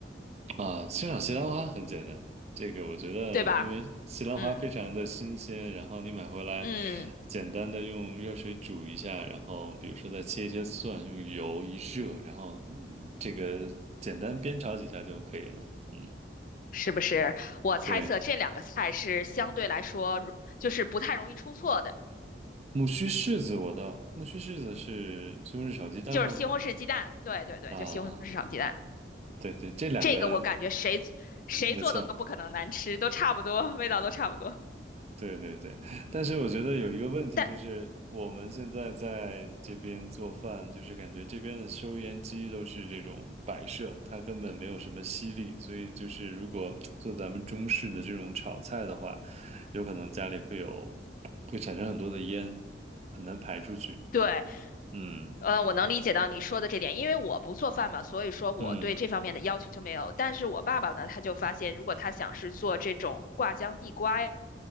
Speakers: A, on the right; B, on the left.
A: 啊，欣赏西兰花很简单，这个我觉得，
B: 对吧？
A: 因为西兰花非常的新鲜，
B: 嗯
A: 然后你买回来，
B: 嗯，
A: 简单的用热水煮一下，然后比如说再切一些蒜，用油一热，然后嗯这个简单煸炒几下就可以了。嗯，
B: 是不是？我猜测这两个菜是相对来说如就是不太容易出错的，
A: 对，木须柿子我倒，木须柿子是西红柿炒鸡蛋吗？
B: 就是西红柿鸡蛋，对对对，
A: 啊，
B: 就西红柿炒鸡蛋，
A: 对对，这两个
B: 这个我感觉谁谁做的都不可能难吃，
A: 没错，
B: 都差不多，味道都差不多。
A: 对对对，但是我觉得有一个问题就是，
B: 但
A: 我们现在在这边做饭，就是感觉这边的收烟机都是这种摆设，它根本没有什么吸力，所以就是如果做咱们中式的这种炒菜的话，有可能家里会有，会产生很多的烟，很难排出去。
B: 对，
A: 嗯
B: 呃，我能理解到你说的这点，因为我不做饭嘛，所以说我对这方面的要求就没有。
A: 嗯
B: 但是我爸爸呢，他就发现，如果他想是做这种挂浆地瓜呀，